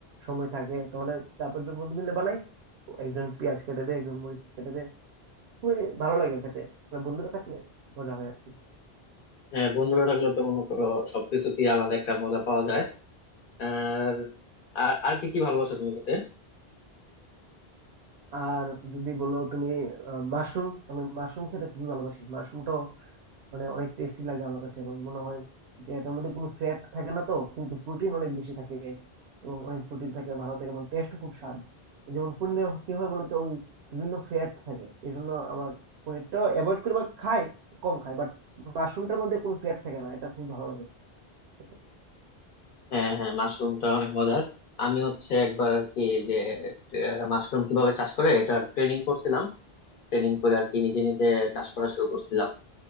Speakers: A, on the right (about 80°); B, on the left (about 60°).
A: সময় থাকে তাহলে চার পাঁচজন বন্ধু মিলে বানাই একজন পেঁয়াজ কেটে দেয় একজন মরিচ কেটে দেয় খুবই ভালো লাগে খেতে মানে বন্ধুরা থাকলে মজা হয় আর কি
B: হ্যাঁ বন্ধুরা থাকলে তো মনে করো সবকিছুতেই আলাদা একটা মজা পাওয়া যায় আর আর আর কি কি ভালোবাসো তুমি খেতে
A: আর যদি বলো তুমি মাশরুম আমি মাশরুম খেতে খুবই ভালোবাসি মাশরুমটাও মানে অনেক টেস্টি লাগে আমার কাছে এবং মনে হয় যে এটার মধ্যে কোনো ফ্যাট থাকে না তো কিন্তু প্রোটিন অনেক বেশি থাকে এবং অনেক প্রোটিন থাকে ভালো থাকে এবং টেস্ট খুব স্বাদ যেমন পনিরে কি হয় বলতো ওই বিভিন্ন ফ্যাট থাকে এই জন্য আমার পনিরটা অ্যাভয়েড করি বা খাই কম খাই বাট মাশরুমটার মধ্যে কোনো ফ্যাট থাকে না এটা খুব ভালো লাগে খেতে
B: হ্যাঁ হ্যাঁ মাশরুমটা অনেক মজার আমি হচ্ছে একবার আর কি যে আহ, মাশরুম কিভাবে চাষ করে এটা ট্রেনিং করছিলাম ট্রেনিং করে আর কি নিজে নিজে চাষ করা শুরু করছিলাম